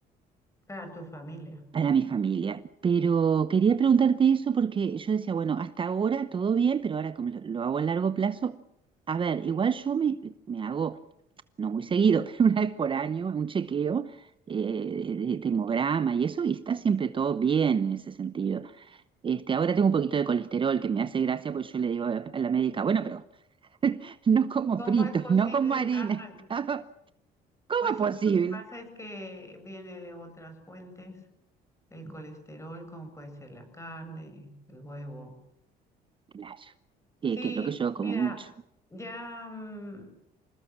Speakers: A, on the left; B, on the right.
A: para tu familia.
B: para mi familia. Pero quería preguntarte eso porque yo decía, bueno, hasta ahora todo bien, pero ahora como lo, lo hago a largo plazo, a ver, igual yo me, me hago no muy seguido, <laughs> pero una vez por año, un chequeo eh, de de hemograma y eso, y está siempre todo bien en ese sentido. Este, ahora tengo un poquito de colesterol que me hace gracia, pues yo le digo a a la médica, bueno, pero <laughs> no como
A: ¿Cómo
B: fritos,
A: es posible?
B: no como harina.
A: Ajá.
B: <laughs> ¿Cómo
A: Pues
B: es
A: sí,
B: posible?
A: lo que pasa es que viene de otras fuentes, el colesterol, como puede ser la carne, el huevo.
B: Claro,
A: Sí,
B: eh, que es lo que yo
A: mira,
B: como mucho.
A: ya mm,